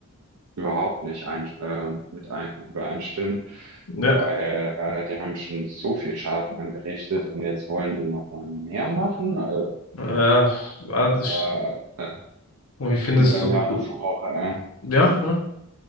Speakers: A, on the right; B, on the left.
A: überhaupt nicht ein, äh, mit ein, übereinstimmen,
B: Ja.
A: weil äh, die haben schon so viel Schaden angerichtet und jetzt wollen die noch mal mehr machen. Also,
B: Ja, ja, das,
A: da äh,
B: und wie findest
A: kommt bei
B: du?
A: mir alles hoch. Äh,
B: Ja, ja.